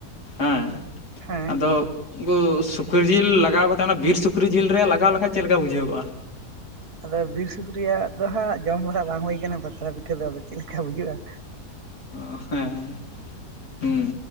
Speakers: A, on the left (about 85°); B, on the right (about 70°).
A: ᱦᱮᱸ
B: ᱦᱮᱸ
A: ᱟᱫᱚᱼᱼ ᱩᱝᱠᱩ ᱥᱩᱠᱨᱤ ᱡᱤᱞ ᱞᱟᱜᱟᱣ ᱠᱟᱛᱮᱜ ᱚᱱᱟ ᱵᱤᱨ ᱥᱩᱠᱨᱤ ᱡᱤᱞ ᱨᱮ ᱞᱟᱜᱟᱣ ᱞᱮᱠᱷᱟᱡ ᱪᱮᱫ ᱠᱟ ᱵᱩᱡᱷᱟᱹᱣᱚᱜᱼᱟ?
B: ᱟᱫᱚ ᱵᱤᱨ ᱥᱩᱠᱨᱤᱭᱟᱜ ᱫᱚ ᱦᱟᱸᱜ ᱡᱚᱢ ᱵᱟᱲᱟ ᱵᱟᱝ ᱦᱩᱭ ᱠᱟᱱᱟ ᱯᱟᱛᱲᱟ ᱯᱤᱴᱷᱟᱹ ᱫᱚ ᱟᱫᱚ ᱪᱮᱫᱠᱟ ᱵᱩᱡᱩᱜᱼᱟ?
A: ᱚ ᱦᱮᱸ ᱦᱮᱸ ᱦᱩᱸ